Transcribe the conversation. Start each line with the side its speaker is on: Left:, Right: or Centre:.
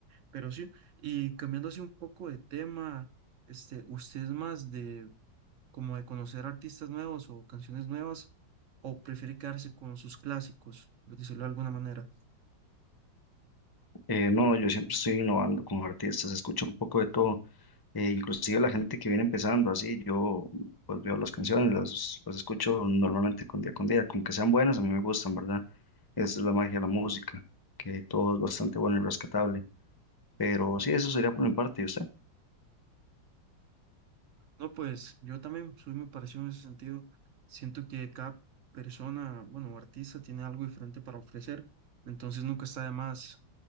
Right: Pero sí, y cambiando así un poco de tema, este, ¿usted es más de como de conocer artistas nuevos o canciones nuevas o prefiere quedarse con sus clásicos, por decirlo de alguna manera?
Left: Eh, no, yo siempre estoy innovando con artistas, escucho un poco de todo. Eh, inclusive la gente que viene empezando así, yo pues veo las canciones, las, las escucho normalmente con día con día, con que sean buenas, a mí me gustan, ¿verdad? Esa es la magia de la música, que todo es bastante bueno y rescatable. Pero sí, eso sería por mi parte, ¿y usted?
Right: No, pues yo también soy muy parecido en ese sentido. Siento que cada persona, bueno, o artista tiene algo diferente para ofrecer, entonces nunca está de más